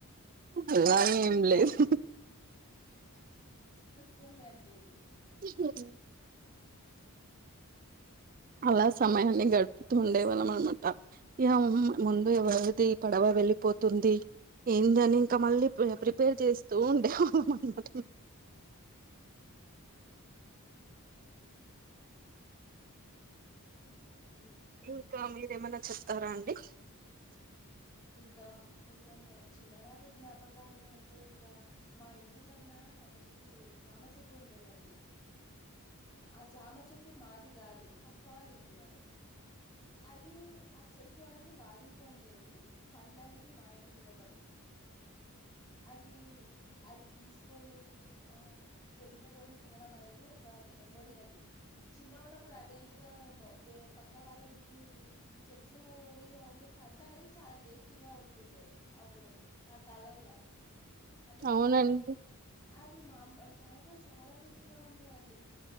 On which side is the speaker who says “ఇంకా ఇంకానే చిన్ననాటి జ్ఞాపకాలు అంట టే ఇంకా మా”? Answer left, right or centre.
Left